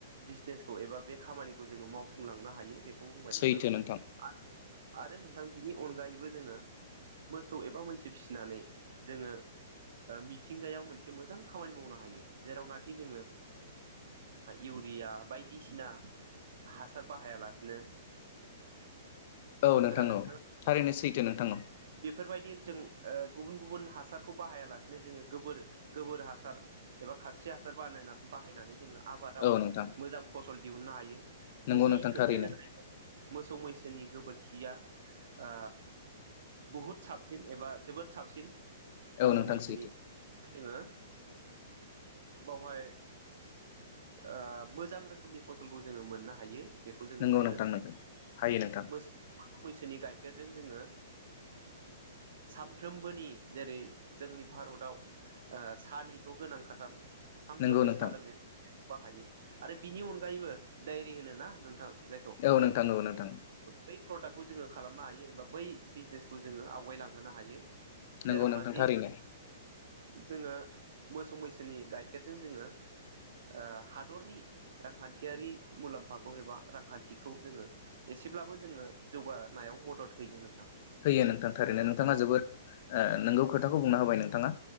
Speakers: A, on the right (about 70°); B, on the left (about 50°).
A: बिजनेसखौ एबा बे खामानिखौ जोंङो मावफुंलांनो हायो बे खौ बुंबाय
B: सैथो
A: नोंथांङा
B: नोंथां
A: आरो आरो नोंथां बिनि अनगायैबो जोंङो मोसौ एबा मैसो फिसिनानै जोंङो मिथिंगायाव मोनसे मोजां खामानि मावनो हायो जेरावनाखि जोंङो इउरिया बायदिसिना हासार बाहायालासिनो
B: औ नोंथां
A: खोनादों नोंथाङा
B: औ थारैनो सै फिन नोंथां नाव
A: बेफोरबायदि जों गुबुन गुबुन हासारखौ बाहायालासिनो जोंङो गोबोर गोबोर हासार एबा खानस्रि हासार बानायना बाहायनानै जोंङो आबादाव
B: औ नोंथां
A: मोजां फसल दिहुननो हायो
B: नंगौ
A: गुबै
B: नोंथां
A: खोथायानो
B: थारैनो
A: जाहैबाय मोसौ मैसोनि गोबोरखिया अ बुहुत साबसिन एबा जोबोद साबसिन
B: औ
A: मोसौ
B: नोंथां
A: मैसोनि
B: सैथो
A: जोंङो बावहाय अ मोजां रोखोमनि फसलखौ जोंङो मोननो हायो बेखौ जों
B: नंगौ
A: नुहुरो
B: नोंथां नंगौ हायो नोंथां
A: मो मैसोनि गाइखेरजों जोंङो सामफ्रोमबोनि जेरै जोंनि भारताव अ सानिथ' गोनां खाथार सानफ्रोमबो
B: नंगौ नोंथां
A: साह लोंनाय हायो आरो बिनि अनगायैबो डायरि होनो ना नोंथां। जायखौ
B: औ नोंथां औ नोंथां।
A: बै प्रडाक्टखौ जोङो खालामनो हायो एबा बै बिजनेसखौ जोङो आवगायलांहोनो हायो। जेरावनाखि
B: नंगौ नोंथां थारैनो।
A: जोङो मोसौ मैसोनि गाइखेरजों जोङो। ओ हादरनि रांखान्थियारि मुलाम्फाखौ एबा रांखान्थिखौ जोङो एसेब्लाबो जोङो जौगानायाव मदद होयो नोंथां।
B: होयो नोंथां थारैनो नोंथाङा जोबोद नोंगौ खोथाखौ बुंना होबाय नोंथाङा।